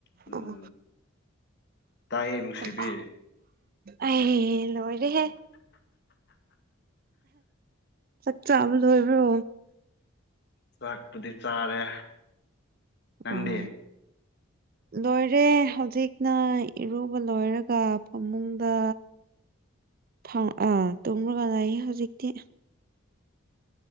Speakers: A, on the left; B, on the right.
A: ꯎꯝ
B: ꯑꯣ
A: ꯇꯥꯏꯌꯦ ꯅꯨꯡꯁꯤꯕꯤ
B: ꯈ ꯑꯩ ꯂꯣꯏꯔꯦꯍꯦ ꯆꯥꯛ ꯆꯥꯕ ꯂꯣꯏꯕ꯭ꯔꯣ
A: ꯆꯥꯛꯄꯨꯗꯤ ꯆꯥꯔꯦ ꯅꯪꯗꯤ
B: ꯑꯣ ꯂꯣꯏꯔꯦ ꯍꯧꯖꯤꯛꯅ ꯏꯔꯨꯕ ꯂꯣꯏꯔꯒ ꯐꯃꯨꯡꯗ
A: <unintelligible>
B: ꯐꯥꯎ ꯑ ꯇꯝ꯭ꯔꯒ ꯍꯧꯖꯤꯛꯇꯤ